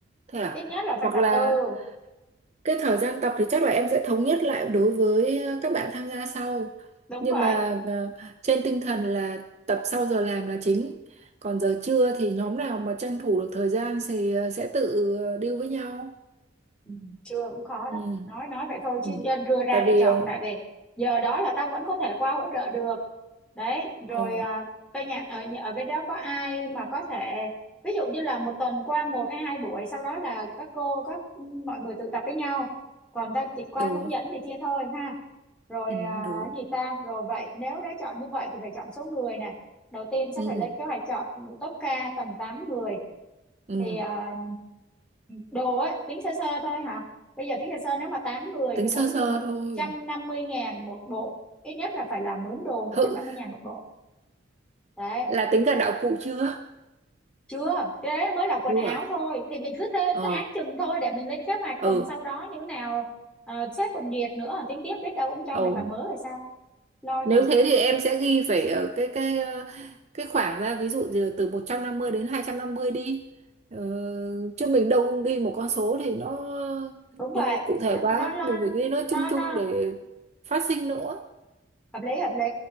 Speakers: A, on the right; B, in the centre.
A: thế à
B: Ít nhất là phải
A: hoặc
B: tập
A: là
B: ừ,
A: Cái thời gian tập thì chắc là em sẽ thống nhất lại đối với ờ, các bạn tham gia sau.
B: đúng
A: Nhưng
B: vậy
A: mà ờ, trên tinh thần là tập sau giờ làm là chính. Còn giờ trưa thì nhóm nào mà tranh thủ được thời gian thì ờ, sẽ tự ờ, deal với nhau.
B: Ừ, chưa cũng khó đó
A: Ừ.
B: nói nói vậy thôi chứ
A: Ừ.
B: nên đưa ra
A: Tại
B: để
A: vì
B: chọn
A: ờ,
B: tại vì giờ đó là tao vẫn có thể qua hỗ trợ được đấy
A: ồ,
B: rồi à, cây nhà ở nhà- ở bên đó có ai mà có thể ví dụ như là một tuần qua một hay hai buổi sau đó là các cô các ừ, mọi người tự tập với nhau còn tao chỉ qua
A: được,
B: hướng dẫn thì chia thôi ha rồi
A: ừ,
B: à,
A: được.
B: cái gì ta rồi vậy nếu đã chọn như vậy thì phải chọn số người nè đầu tiên sẽ
A: Ừ.
B: phải lên kế hoạch chọn top ca tầm 8 người
A: Ừ.
B: thì à, đồ á tính sơ sơ thôi hả bây giờ tính sơ sơ nếu mà 8 người
A: Tính
B: thì mỗi
A: sơ
B: người
A: sơ
B: một
A: thôi.
B: trăm năm mươi ngàn một bộ ít nhất là phải là mướn đồ một
A: Hự,
B: trăm năm mươi ngàn một bộ đấy
A: là tính cả đạo cụ chưa?
B: chưa cái đấy mới là quần
A: Chưa
B: áo
A: à?
B: thôi thì mình cứ thế
A: Ờ,
B: cứ án chừng thôi để mình lên kế hoạch
A: ừ,
B: còn sau đó như thế nào uh, sếp còn duyệt nữa tính tiếp biết đâu ông cho
A: ừ.
B: mày cả mớ hay sao lo
A: Nếu
B: gì
A: thế thì em sẽ ghi phải ở cái cái ờ, cái khoảng ra ví dụ gì là từ 150 đến 250 đi. Ờ, chứ mình đâu ghi một con số thì nó
B: đúng vậy
A: ờ, cụ thể
B: nó
A: quá,
B: nó lo
A: mình phải ghi nó
B: nó
A: chung
B: nó
A: chung để phát sinh nữa.
B: hợp lý hợp lý